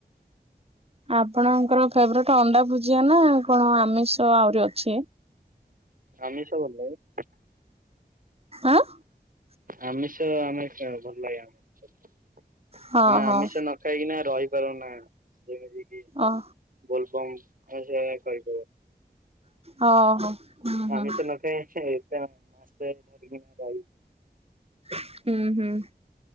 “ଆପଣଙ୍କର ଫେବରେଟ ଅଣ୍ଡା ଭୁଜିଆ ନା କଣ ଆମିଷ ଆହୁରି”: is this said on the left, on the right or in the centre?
Right